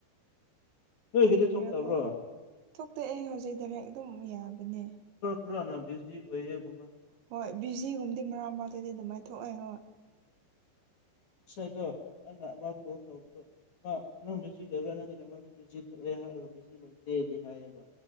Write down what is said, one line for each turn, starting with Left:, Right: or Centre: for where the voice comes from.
Left: ꯅꯣꯏꯒꯤꯗꯤ
Right: ꯀꯔꯤꯒꯤꯔꯥ
Left: ꯊꯣꯛꯇꯕ꯭ꯔꯣ
Right: ꯀꯣ ꯊꯣꯛꯇ ꯑꯩ ꯍꯧꯖꯤꯛꯗ ꯍꯦꯛ ꯑꯗꯨꯝ ꯌꯥꯕꯅꯦ
Left: ꯍꯅ ꯕꯤꯖꯤ ꯑꯣꯏꯌꯦꯒ
Right: ꯍꯣꯏ ꯕꯤꯖꯤꯒꯨꯝꯕꯗꯤ ꯃꯔꯥ ꯃꯔꯥꯇꯗꯤ ꯑꯗꯨꯃꯥꯏꯅ ꯊꯣꯛꯑꯦ ꯍꯣꯏ
Left: ꯉꯁꯥꯏꯗꯣ ꯑꯩꯅ ꯃꯥ ꯀꯣꯜ ꯇꯧꯕꯗꯣ ꯃꯥ ꯅꯪ ꯕꯤꯖꯤ ꯂꯩꯕ ꯅꯪꯒꯤ ꯅꯝꯕꯔꯗ ꯕꯤꯖꯤ ꯊꯣꯛꯑꯦ ꯍꯥꯏ ꯁꯤ ꯂꯩꯇꯦꯗꯤ ꯍꯥꯏꯌꯦꯕ